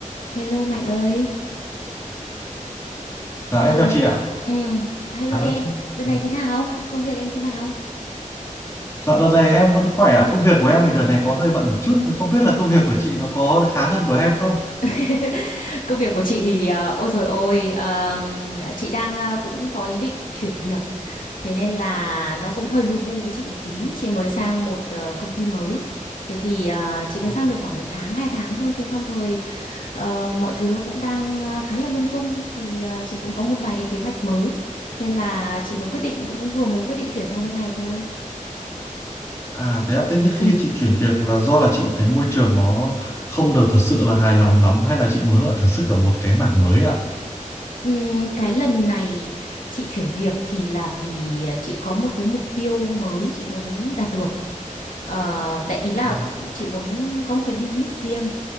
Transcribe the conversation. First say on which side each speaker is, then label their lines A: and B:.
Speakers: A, on the left; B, on the left.
A: Hello Mạnh ơi.
B: Dạ em
A: Alo.
B: chào chị ạ.
A: Ừ, hello
B: À
A: em.
B: lâu chị.
A: Đợt này
B: Dạ
A: thế nào? Công việc em thế nào?
B: Dạ, đợt này em vẫn khỏe ạ. Công việc của em thì đợt này có hơi bận một chút. Không biết là công việc của chị nó có khá hơn của em không?
A: <laughs> Công việc của chị thì ờ, ôi rồi ôi ờm, chị đang ờ, cũng có ý định chuyển việc. Thế nên là nó cũng hơi lu bu với chị một tí. Chị mới sang một ờ, công ty mới. Thế thì ờ, chị
B: Ồ.
A: mới sang được khoảng một tháng, hai tháng thôi. Thế xong rồi ờ, mọi thứ nó cũng đang ờ, khá là lung tung. Thì ờ, chị cũng có một vài cái kế hoạch mới. Nên là chị mới quyết định cũng vừa mới quyết định chuyển sang bên này thôi.
B: À thế ạ. Thế nhưng khi
A: Ừ.
B: chị chuyển việc là do là chị thấy môi trường nó không được thật sự là hài lòng lắm hay là chị muốn là thử sức ở một cái mảng mới ạ?
A: Ừm, cái lần này chị chuyển việc thì là vì ờ, chị có một cái mục tiêu mới chị muốn đạt được. Ờ, đại ý là
B: Ừ.
A: chị muốn có một cái business riêng.